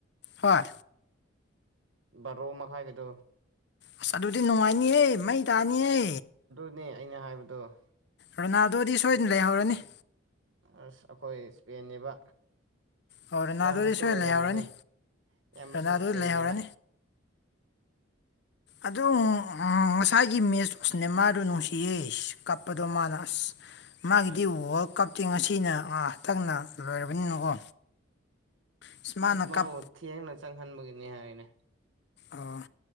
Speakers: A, on the left; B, on the right.
A: ꯍꯣꯏ
B: ꯕꯥꯔꯣ ꯃꯈꯥꯏꯒꯤꯗꯣ
A: ꯑꯁ ꯑꯗꯨꯗꯤ ꯅꯨꯡꯉꯥꯏꯅꯤꯍꯦ ꯃꯩ ꯇꯥꯅꯤꯍꯦ
B: ꯅꯦ ꯑꯩꯅ ꯍꯥꯏꯕꯗꯣ
A: ꯔꯣꯅꯥꯜꯗꯣꯗꯤ ꯁꯣꯏꯗꯅ ꯂꯩꯍꯧꯔꯅꯤ
B: ꯑꯁ ꯑꯩꯈꯣꯏ ꯏꯁꯄꯦꯟꯅꯤꯕ
A: ꯑꯣ ꯔꯣꯅꯥꯜꯗꯣꯗꯤ
B: ꯏꯌꯥꯝꯕꯁꯨ
A: ꯁꯣꯏꯗꯅ
B: ꯑꯣꯏꯔꯝꯒꯅꯤ
A: ꯂꯩꯍꯧꯔꯅꯤ
B: ꯏꯌꯥꯝꯕꯁꯨ
A: ꯔꯣꯅꯥꯜꯗꯣꯗꯤ
B: ꯏꯁꯄꯦꯟꯅꯦꯕ
A: ꯂꯩꯍꯧꯔꯅꯤ
B: <unintelligible>
A: ꯑꯗꯨ ꯉꯁꯥꯏꯒꯤ ꯃꯦꯁ ꯑꯨꯎ ꯅꯦꯃꯥꯔꯗꯨ ꯅꯨꯡꯁꯤꯌꯦ ꯀꯞꯄꯗꯣ ꯃꯥꯅ ꯑꯁ ꯃꯥꯒꯤꯗꯤ
B: ꯃꯥꯗꯤ
A: ꯋꯥꯔꯜ ꯀꯞ ꯉꯁꯤꯅ ꯍꯥꯟꯇꯥꯛꯅ ꯂꯣꯏꯔꯕꯅꯤꯅꯀꯣ ꯑꯁ ꯃꯥꯅ ꯀꯞ
B: ꯃꯥꯕꯨ ꯊꯦꯡꯅ ꯆꯪꯍꯟꯕꯒꯤꯅꯤ ꯍꯥꯏꯅꯦ
A: ꯑꯥ